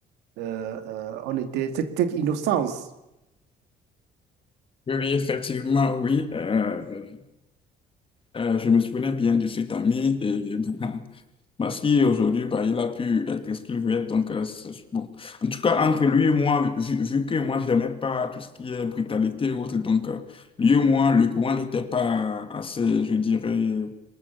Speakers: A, on the right (about 85°); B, on the left (about 30°).
A: euh, euh, on était, c'était innocence.
B: Oui, oui, effectivement, oui. Euh, euh, euh, je me souvenais bien de cet ami et <laughs> bah, ma fille aujourd'hui, bah, il a pu être ce qu'il veut être. Donc, euh, c'est- bon. En tout cas, entre lui et moi, vu, vu que moi, je n'aimais pas tout ce qui est brutalité et autres, donc euh, lui et moi, le courant n'était pas assez, je dirais,